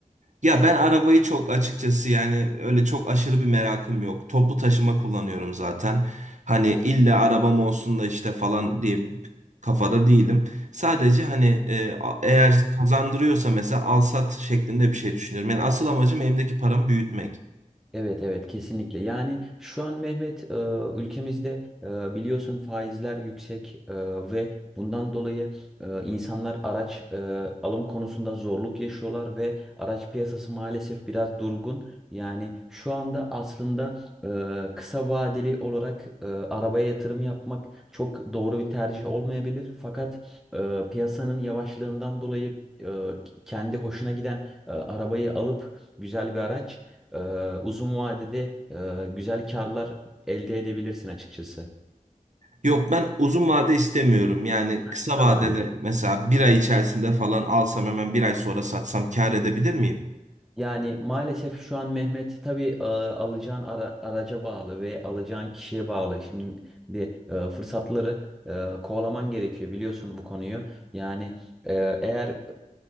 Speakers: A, on the right; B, in the centre.
A: Ya ben arabayı çok açıkçası yani öyle çok aşırı bir merakım yok. Toplu taşıma kullanıyorum zaten. Hani illa arabam olsun da işte falan diye bir kafada değilim. Sadece hani e, a- eğer kazandırıyorsa mesela alsat şeklinde bir şey düşünüyorum. Yani asıl amacım elimdeki paramı büyütmek.
B: Evet evet kesinlikle. Yani şu an Mehmet e, ülkemizde e, biliyorsun faizler yüksek e, ve bundan dolayı e, insanlar araç e, alım konusunda zorluk yaşıyorlar ve araç piyasası maalesef biraz durgun. Yani şu anda aslında e, kısa vadeli olarak e, arabaya yatırım yapmak çok doğru bir tercih olmayabilir. Fakat e, piyasanın yavaşlığından dolayı e, kendi hoşuna giden e, arabayı alıp güzel bir araç e, uzun vadede e, güzel karlar elde edebilirsin açıkçası.
A: Yok ben uzun vade istemiyorum. Yani kısa
B: Kısa
A: vadede
B: vadede
A: mesela bir ay içerisinde falan alsam hemen bir ay sonra satsam kâr edebilir miyim?
B: Yani maalesef şu an Mehmet tabii e, alacağın ara- araca bağlı ve alacağın kişiye bağlı. Şimdi de e, fırsatları e, kovalaman gerekiyor biliyorsun bu konuyu. Yani e, eğer e,